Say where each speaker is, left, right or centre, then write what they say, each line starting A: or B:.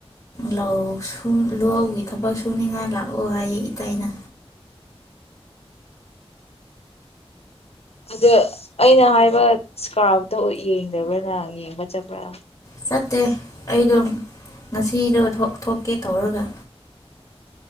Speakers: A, on the left; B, on the left.
A: ꯂꯧ ꯁꯤꯡ ꯂꯧꯍꯒꯤ ꯊꯕꯛ ꯁꯨꯅꯤꯡꯉꯥꯏ ꯂꯥꯛꯑꯣ ꯍꯥꯏꯌꯦ ꯏꯄꯥꯅ
B: ꯑꯗꯨ ꯑꯩꯅ ꯍꯥꯏꯕ ꯏꯁꯀꯥꯞꯇꫭ ꯌꯦꯡꯗꯕ꯭ꯔꯥ ꯅꯪ ꯌꯦꯡꯕ ꯆꯠꯄ꯭ꯔꯥ
A: ꯆꯠꯇꯦ ꯑꯩꯗꯣ ꯉꯁꯤꯗꯣ ꯊꯣꯛ ꯊꯣꯛꯀꯦ ꯇꯧꯔꯒ